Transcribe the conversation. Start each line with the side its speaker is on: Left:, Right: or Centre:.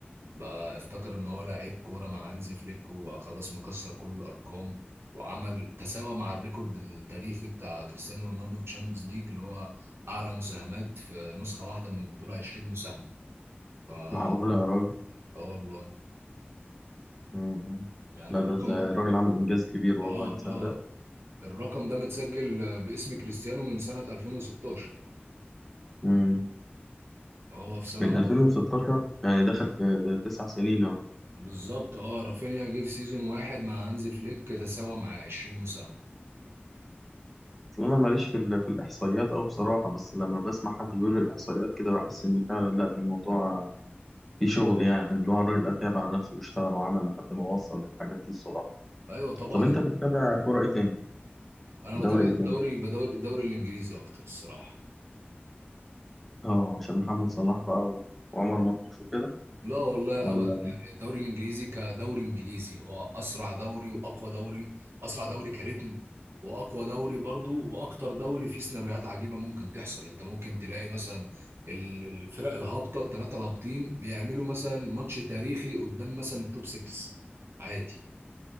Right: بقى افتكر ان هو لعيب كورة مع هانزي فليك وبقى خلاص مكسر كل الارقام وعمل تساوى مع الريكورد التاريخي بتاع كريستيانو رونالدو في تشامبيونز ليج اللي هو اعلى مساهمات في نسخة واحدة من البطولة 20 مساهمة ف اه
Centre: معقول يا راجل
Right: والله
Centre: مم.
Right: يعني
Centre: لا
Right: الرقم
Centre: ده ده الراجل عمل انجاز كبير والله
Right: اه
Centre: تصدق
Right: اه الرقم ده متسجل باسم كريستيانو من سنة 2016
Centre: مم.
Right: هو في سنة
Centre: من 2016 يعني
Right: واحدة
Centre: دخل في ده تسع سنين اهو
Right: بالظبط اه رافينيا جه في سيزون واحد مع هانزي فليك تساوى مع 20 مساهمة
Centre: أصل انا ماليش في ال- في الاحصائيات او بصراحة بس لما بسمع حد بيقول الاحصائيات كده بحس ان فعلا لا ده الموضوع فيه شغل يعني اللي هو الراجل اتعب على نفسه واشتغل وعمل لحد ما وصل للحاجات دي الصراحة
Right: ايوه طبعا
Centre: طب انت
Right: ال-
Centre: بتتابع كوره ايه تاني
Right: انا بتابع
Centre: دوري
Right: الدوري
Centre: ايه تاني
Right: بدور الدوري الانجليزي اكتر الصراحة
Centre: اه عشان محمد صلاح بقى و- وعمر مرموش وكده
Right: لا والله
Centre: ولا
Right: ابدا يعني الدوري الانجليزي كدوري انجليزي هو اسرع دوري واقوى دوري اسرع دوري كريتم واقوى دوري برضو واكتر دوري فيه سيناريوهات عجيبة ممكن تحصل انت ممكن تلاقي مثلا ال- الفرق الهابطة الثلاثة الهابطين بيعملوا مثلا ماتش تاريخي قدام مثلا التوب 6 عادي